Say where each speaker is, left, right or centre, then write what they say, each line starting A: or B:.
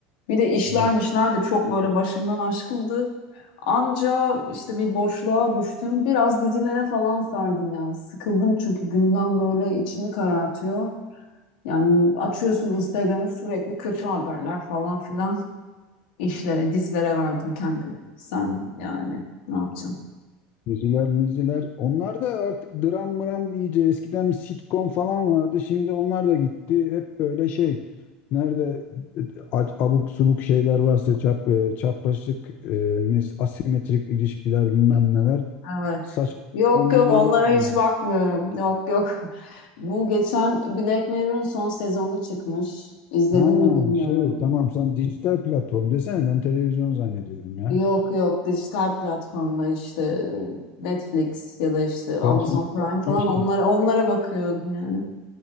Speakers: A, on the left; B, on the left.
A: Bir de işlermişler
B: evet.
A: de çok böyle başımdan aşkındı. Anca işte bir boşluğa düştüm. Biraz dizilere falan sardım yani. Sıkıldım çünkü gündem böyle içimi karartıyor. Yani açıyorsun Instagram'ı sürekli kötü haberler falan filan işlere, dizilere verdim kendimi. Sen yani ne yapacaksın?
B: Diziler, müziler. Onlar da artık dram mram iyice. Eskiden bir sitcom falan vardı. Şimdi onlar da gitti. Hep böyle şey. Nerede e, a- abuk subuk şeyler varsa çap, e, çapraşık, e, ne- asimetrik ilişkiler bilmem neler.
A: Evet.
B: Saçma
A: Yok
B: sapan
A: yok
B: bir yöne
A: onlara
B: gidiyorum.
A: hiç bakmıyorum. Yok yok. <laughs> Bu geçen Black Mirror'ın son sezonu çıkmış. İzledin
B: Ha
A: mi bilmiyorum.
B: şey tamam sen dijital platform desene ben televizyon zannediyorum ya.
A: Yok yok dijital platformlar işte Netflix ya da işte Amazon
B: Ya şimdi
A: Prime
B: bak
A: falan
B: Yeşim.
A: onlara onlara bakıyordum yani.